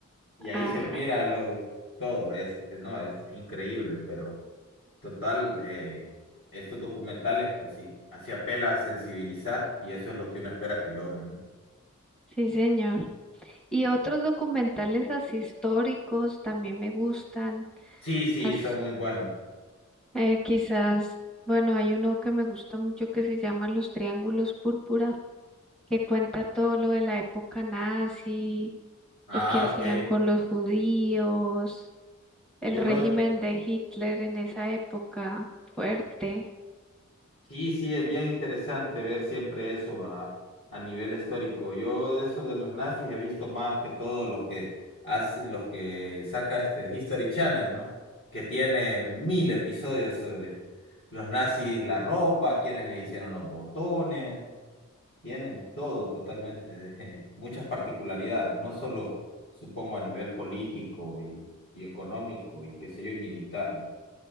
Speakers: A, on the left (about 55°); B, in the centre.
A: y ahí
B: Ajá,
A: se mira lo, todo, este, no, es increíble, pero total, eh, estos documentales, pues sí, así apela a sensibilizar y eso es lo que uno espera que logren, ¿no?
B: sí, señor. Y otros documentales así históricos también me gustan.
A: Sí, sí,
B: las,
A: son muy buenos.
B: eh, quizás, bueno, hay uno que me gusta mucho que se llama Los Triángulos Púrpura, que cuenta todo lo de la época nazi,
A: Ah,
B: lo que hacían
A: ok.
B: con los judíos el
A: Yo
B: régimen
A: lo,
B: de Hitler en esa época fuerte.
A: Sí, sí, es bien interesante ver siempre eso a, a nivel histórico. Yo de eso de los nazis he visto más que todo los que hace, los que saca este History Channel, ¿no? Que tiene mil episodios sobre los nazis, la ropa, quienes les hicieron los botones, tienen todo totalmente, <laughs> muchas particularidades, no solo supongo a nivel político y, y económico y qué sé yo, y militar, ¿no?